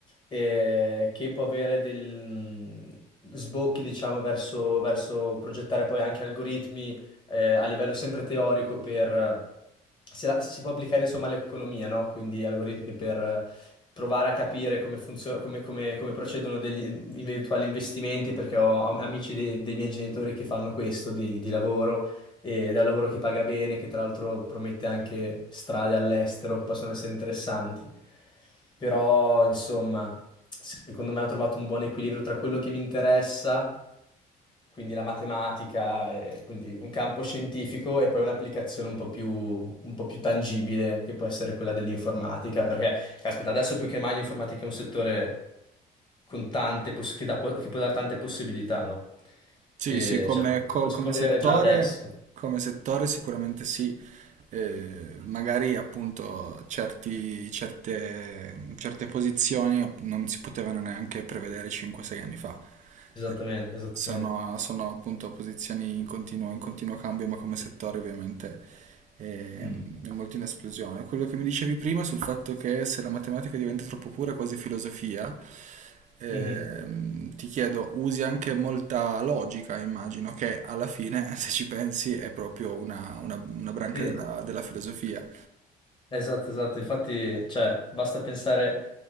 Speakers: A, on the left (about 25°); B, on the right (about 45°).
A: eh, che può avere dei sbocchi, diciamo, verso verso progettare poi anche algoritmi eh, a livello sempre teorico per... eh, Si, si può applicare insomma all'economia, no? Quindi algoritmi per eh, provare a capire come funziona, come, come- come procedono degli eventuali investimenti, perché ho am- amici dei, dei miei genitori che fanno questo di, di lavoro ed è un lavoro che paga bene, che tra l'altro promette anche strade all'estero che possono essere interessanti. Però, insomma secondo me ho trovato un buon equilibrio tra quello che mi interessa, quindi la matematica, e quindi un campo scientifico e poi un'applicazione un po' più, un po' più tangibile, che può essere quella dell'informatica, perché, caspita, adesso più che mai l'informatica è un settore con tante poss- che, dà po- che può dare tante possibilità, no?
B: Sì,
A: E,
B: sì, come,
A: cioè, lo,
B: co-
A: lo si
B: come
A: può
B: settore,
A: vedere già adesso.
B: come settore sicuramente sì, Eh, magari appunto certi- certe, certe posizioni non si potevano neanche prevedere 5-6 anni fa.
A: Esattamente,
B: Eh,
A: esattamente.
B: sono, sono appunto posizioni in continuo, in continuo cambio, ma come settore ovviamente è,
A: Mm.
B: è molto in esplosione. Quello che mi dicevi prima sul fatto che se la matematica diventa troppo pura, è quasi filosofia, ehm,
A: Mhm.
B: ti chiedo, usi anche molta logica, immagino, che alla fine, <laughs> se ci pensi, è proprio una, una- una branca
A: Sì.
B: della, della filosofia.
A: Esatto, esatto, infatti, cioè, basta pensare,